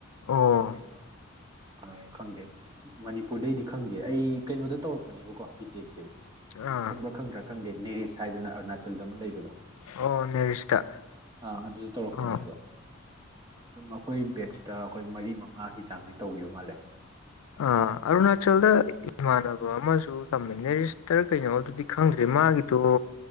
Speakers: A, on the left; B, on the right.
A: ꯑꯣ
B: ꯑꯗꯣ ꯑ ꯈꯪꯗꯦ ꯃꯅꯤꯄꯨꯔꯗꯩꯗꯤ ꯈꯪꯗꯦ ꯑꯩ ꯀꯩꯅꯣꯗ ꯇꯧꯔꯛꯄꯅꯦꯕꯀꯣ ꯕꯤꯇꯦꯛꯁꯦ
A: ꯑꯥ
B: ꯈꯪꯕ꯭ꯔꯥ ꯈꯪꯗ꯭ꯔꯥ ꯈꯪꯗꯦ ꯅꯦꯔꯤꯁ ꯍꯥꯏꯗꯅ ꯑꯔꯨꯅꯥꯆꯜꯗ ꯑꯃ ꯂꯩꯕꯗꯣ
A: ꯑꯣ ꯅꯦꯔꯤꯁꯇ
B: ꯑꯥ ꯑꯗꯨꯗ ꯇꯧꯔꯛꯄꯅꯦꯕ
A: ꯑꯣ
B: ꯑꯗꯨꯝ ꯑꯩꯈꯣꯏ ꯕꯦꯠꯁꯇ ꯑꯩꯈꯣꯏ ꯃꯔꯤ ꯃꯉꯥꯒꯤ ꯆꯥꯡꯗꯤ ꯇꯧꯈꯤꯕ ꯃꯥꯜꯂꯦ
A: ꯑꯥ ꯑꯔꯨꯅꯥꯆꯜꯗ ꯏꯃꯥꯟꯅꯕ ꯑꯃꯖꯨ ꯇꯝꯃꯦ ꯅꯦꯔꯤꯁꯇꯔ ꯀꯩꯅꯣ ꯑꯗꯨꯗꯤ ꯈꯪꯗ꯭ꯔꯦ ꯃꯥꯒꯤꯗꯣ